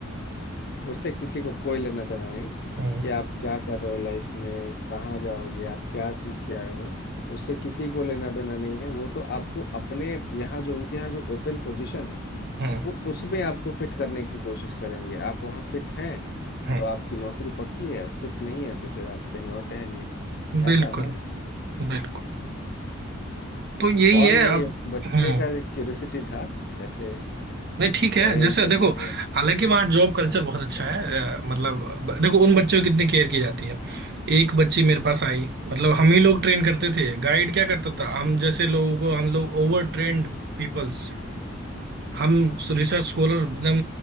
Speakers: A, on the left; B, on the right.
A: उससे किसी को कोई लेना देना नहीं
B: हम्म
A: कि आप क्या कर रहे हो लाइफ में कहाँ जाओगे आप क्या सीख के आए हो उससे किसी को लेना देना नहीं है वो तो आपको अपने यहाँ जो उनके यहाँ जो ओपन पोजीशन है
B: हम्म
A: वो उसमें आपको फिट करने की कोशिश करेंगे आप वहाँ फिट हैं
B: हम्म,
A: तो आपकी नौकरी पक्की है फिट नहीं है तो फिर आप कहीं और टहलिए
B: बिल्कुल
A: ऐसा है ना
B: बिल्कुल तो यही
A: और
B: है
A: ये
B: अब
A: बच्चे
B: हम्म
A: का क्यूरियोसिटी था जैसे
B: नहीं ठीक है
A: मैंने
B: जैसे
A: एमटेक
B: देखो
A: में
B: हालांकि वहाँ जॉब कल्चर
A: अ,
B: बहुत अच्छा है अ, मतलब ब- देखो उन बच्चों की कितनी केयर की जाती है एक बच्ची मेरे पास आई मतलब हम ही लोग ट्रेन करते थे गाइड क्या करता था हम जैसे लोगों को हम लोग ओवर ट्रेन्ड पीपल्स हम रिसर्च स्कॉलर एकदम